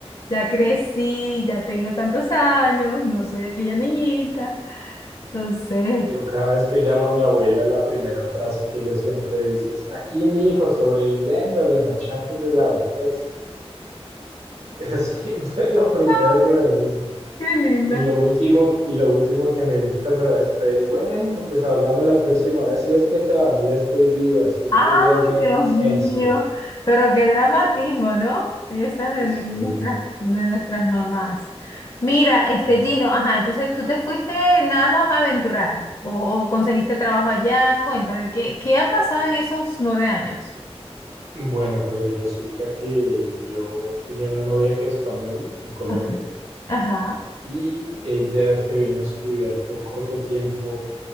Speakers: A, on the left; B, on the right.
A: Ya crecí, ya tengo tantos años, no soy aquella niñita. Entonces,
B: Yo cada vez que llamo a mi abuela, la primera frase que ella siempre dice es, aquí mi hijo sobreviviendo a los achaques de la vejez. <laughs> Es siempre es lo primero
A: <laughs>
B: que me dice.
A: qué linda.
B: Y lo último, y lo último que me dice cuando me va a despedir, bueno, pues hablamos la próxima vez, si es que todavía estoy viva, si es
A: Ay,
B: que Dios me
A: Dios
B: da licencia.
A: mío, pero qué dramatismo, ¿no? Esas de, de
B: Sí,
A: nuestras, de nuestras mamás. Mira,
B: sí,
A: este Gino, ajá, entonces tú te fuiste nada más a aventurar o, o conseguiste trabajo allá. Cuéntame, ¿qué, qué ha pasado en esos nueve años?
B: Bueno, pues resulta que yo tenía una novia que era española en Colombia
A: Ok. Ajá,
B: y ella se vino a estudiar por corto tiempo